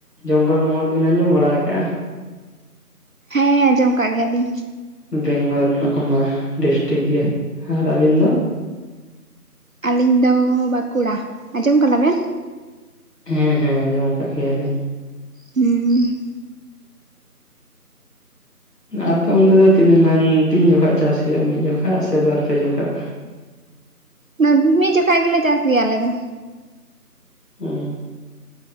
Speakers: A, on the left; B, on the right.
A: ᱡᱚᱝᱜᱚᱞ ᱢᱚᱦᱚᱞ ᱵᱮᱱ ᱟᱸᱡᱚᱢ ᱵᱟᱲᱟ ᱟᱠᱟᱜᱼᱟ?
B: ᱦᱮᱸ ᱟᱸᱡᱚᱢ ᱟᱠᱟᱜ ᱜᱮᱭᱟᱞᱤᱧ।
A: ᱵᱮᱝᱜᱚᱞ ᱨᱮᱱᱟᱜ ᱚᱱᱟ ᱰᱤᱥᱴᱤᱠ ᱜᱮ ᱟᱨ ᱟᱹᱵᱤᱱ ᱫᱚ?
B: ᱟᱹᱞᱤᱧ ᱫᱚ ᱵᱟᱸᱠᱩᱲᱟ ᱟᱸᱡᱚᱢ ᱟᱠᱟᱫᱟ ᱵᱮᱱ?
A: ᱦᱮᱸ ᱦᱮᱸ ᱟᱸᱡᱚᱢ ᱠᱟᱜ ᱜᱮᱭᱟᱞᱤᱧ᱾
B: ᱦᱩᱸ᱾
A: ᱟᱯᱮ ᱚᱱᱛᱮ ᱫᱚ ᱛᱤᱱᱟᱹᱜ ᱜᱟᱱ ᱛᱤᱱ ᱡᱚᱠᱷᱚᱡ ᱪᱟᱥ ᱦᱩᱭᱩᱜᱼᱟ ᱢᱤᱫ ᱡᱚᱠᱷᱚᱡ ᱥᱮ ᱵᱟᱨᱯᱮ ᱡᱚᱠᱷᱚᱡ?
B: ᱚᱱᱟ ᱢᱤᱫ ᱡᱚᱠᱷᱟᱡ ᱜᱮᱞᱮ ᱪᱟᱥ ᱜᱮᱭᱟ ᱟᱞᱮ ᱫᱚ᱾
A: ᱦᱩᱸ